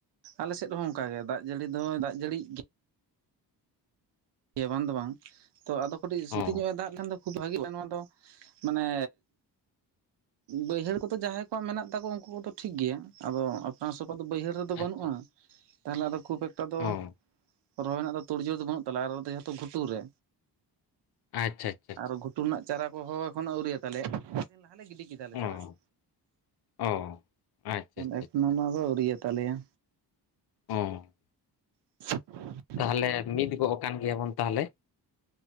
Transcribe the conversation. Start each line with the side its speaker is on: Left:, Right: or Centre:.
Right: ᱟᱞᱮ ᱥᱮᱫ ᱦᱚᱸ ᱚᱱᱠᱟ ᱜᱮ ᱫᱟᱜ ᱡᱟᱹᱲᱤ ᱫᱚ ᱫᱟᱜ ᱡᱟᱹᱲᱤ ᱜᱮ ᱵᱟᱝ ᱫᱚ ᱵᱟᱝ ᱛᱚ ᱟᱫᱚ ᱠᱟᱹᱴᱤᱡ ᱥᱩᱛᱤᱧᱚᱜ
Left: ᱚ
Right: ᱮ ᱫᱟᱜ ᱞᱮᱱᱠᱷᱟᱱ ᱫᱚ ᱠᱷᱩᱵ ᱵᱷᱟᱜᱤᱜᱼᱟ ᱱᱚᱣᱟ ᱫᱚ ᱢᱟᱱᱮ ᱵᱟᱹᱭᱦᱟᱹᱲ ᱠᱚᱫᱚ ᱡᱟᱦᱟᱸᱭ ᱠᱚᱣᱟᱜ ᱢᱮᱱᱟᱜ ᱛᱟᱠᱚ ᱩᱱᱠᱩ ᱠᱚᱫᱚ ᱴᱷᱤᱠ ᱜᱮᱭᱟ ᱟᱫᱚ ᱱᱚᱣᱟ ᱥᱚᱯᱷᱟ ᱫᱚ ᱵᱟᱹᱭᱦᱟᱹᱲ ᱨᱮ ᱫᱚ ᱵᱟ.
Left: ᱟᱪᱪᱷᱟ
Right: ᱱᱩᱜᱼᱟ ᱛᱟᱦᱞᱮ ᱟᱫᱚ ᱠᱷᱩᱵ ᱮᱠᱴᱟ ᱫᱚ
Left: ᱚ
Right: ᱨᱚᱦᱚᱭ ᱨᱮᱱᱟᱜ ᱫᱚ ᱛᱩᱲᱡᱳ ᱫᱚ ᱵᱟᱹᱱᱩᱜ ᱛᱟᱞᱮᱭᱟ ᱟᱨ ᱡᱮᱦᱮᱛᱩ ᱜᱷᱩᱴᱩ ᱨᱮ
Left: ᱟᱪᱪᱷᱟ ᱟᱪᱪᱷᱟ ᱟᱪᱪᱷᱟ
Right: ᱟᱨ ᱜᱷᱩ ᱴᱩ ᱨᱮᱱᱟᱜ ᱪᱟᱨᱟ ᱠᱚ ᱦᱚᱸ ᱮᱠᱷᱚᱱᱚ ᱟᱹᱣᱨᱤᱭᱟ ᱛᱟᱞᱮ ᱫᱤᱱ ᱞᱟᱦᱟᱞᱮ ᱜᱤᱰᱤ ᱠᱮᱫᱟᱞᱮ
Left: ᱚ
Right: ᱪᱟᱨᱟ ᱠᱚ
Left: ᱚ ᱟᱪᱪᱷᱟ ᱟᱪᱪᱷᱟ
Right: ᱮᱠᱷᱚᱱᱳ
Left: ᱟᱪᱪᱷᱟ
Right: ᱚᱱᱟ ᱫᱚ ᱟᱹᱣᱨᱤ ᱭᱟᱛᱟᱞᱮᱭᱟ᱾
Left: ᱦᱚᱸᱻ
Right: <inaudible>
Left: ᱛᱟᱦᱮᱞᱮ ᱢᱤᱫ ᱜᱚᱜ ᱠᱟᱱ ᱜᱮᱭᱟᱵᱚᱱ ᱛᱟᱦᱮᱞᱮ᱾